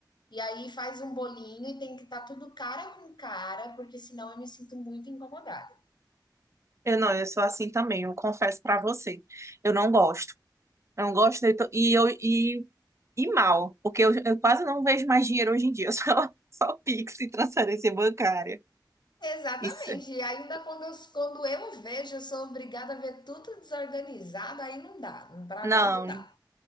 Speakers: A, on the left; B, on the right.
A: E aí faz um bolinho e tem que estar tudo cara com cara, porque senão eu me sinto muito incomodada.
B: Eu não, eu sou assim também, eu confesso pra você. Eu não gosto. Eu não gosto de, to- e eu e E mal, porque eu, eu quase não vejo mais dinheiro hoje em dia, <laughs> só, só Pix e transferência bancária.
A: Exatamente.
B: Isso.
A: E ainda quando eu, quando eu vejo, eu sou obrigada a ver tudo desorganizado, aí não dá. Para
B: Não,
A: mim não dá.